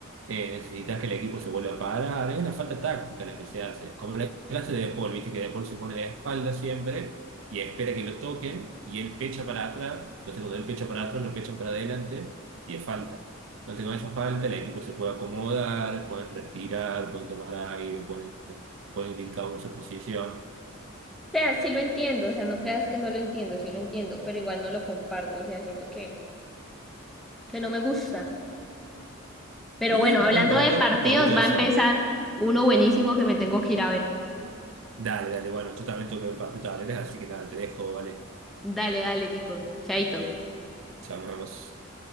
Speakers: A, on the right (about 70°); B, in the centre.
A: eh, necesitas que el equipo se vuelva a parar, es una falta táctica la que se hace, como la clase de De Paul, viste que De Paul se pone de espalda siempre y espera que lo toquen y él pecha para atrás, entonces cuando él pecha para atrás lo pechan para adelante y es falta. Entonces con esa falta el equipo se puede acomodar, pueden respirar, pueden tomar aire, pueden, pueden ir cada uno a su posición
B: O sea, sí lo entiendo, o sea, no creas que no lo entiendo, sí lo entiendo, pero igual no lo comparto, o sea, siento que, que no me gusta. Pero
A: y
B: bueno,
A: es,
B: hablando
A: es un po-
B: de
A: es
B: partidos,
A: un poquito de
B: va a
A: show.
B: empezar uno buenísimo que me tengo que ir a ver.
A: Dale, dale, bueno, yo también tengo que ver partido de Talleres, así que nada, te dejo, vale,
B: Dale, dale, Nico. Chaito.
A: chao, nos vemos.